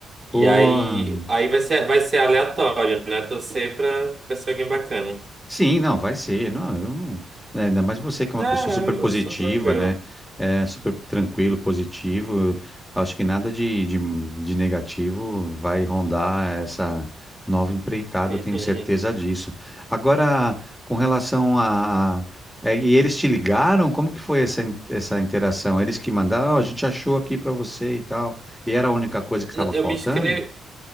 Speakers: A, in the centre; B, on the right.
A: Porra,
B: E aí, aí vai ser, vai ser aleatório, né? Torcer pra, pra ser alguém bacana.
A: Sim, não, vai ser. Não, eu não, né, ainda mais você que é uma
B: Ah,
A: pessoa
B: eu
A: super positiva,
B: sou tranquilo.
A: né? É, super tranquilo, positivo. Acho que nada de, de, de negativo vai rondar essa nova empreitada,
B: <laughs>
A: eu tenho certeza disso. Agora, com relação a. a- é, e eles te ligaram? Como que foi essa, in- essa interação? Eles que mandaram, "Ó, a gente achou aqui pra você e tal. E era a única coisa que estava
B: Eu
A: faltando?
B: me inscrevi,